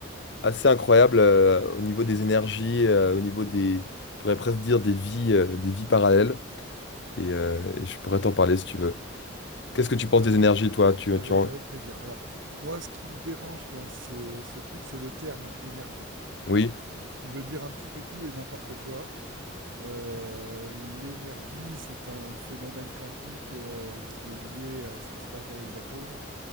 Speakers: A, on the left (about 55°); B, on the right (about 70°).
A: assez incroyables euh, au niveau des énergies, euh, au niveau des, on pourrait presque dire des vies, euh, des vies parallèles. et, euh, et je pourrais t'en parler si tu veux. Qu'est-ce que tu penses
B: Avec,
A: des énergies,
B: euh,
A: toi?
B: <laughs>
A: Tu,
B: avec,
A: tu en-
B: avec plaisir. Alors, moi, ce qui me dérange dans ce, ce truc, c'est le terme énergie.
A: Oui?
B: Il veut dire un petit peu tout et n'importe quoi. Euh, l'énergie, c'est un phénomène quantique euh, qui est lié à ce qui se passe dans les atomes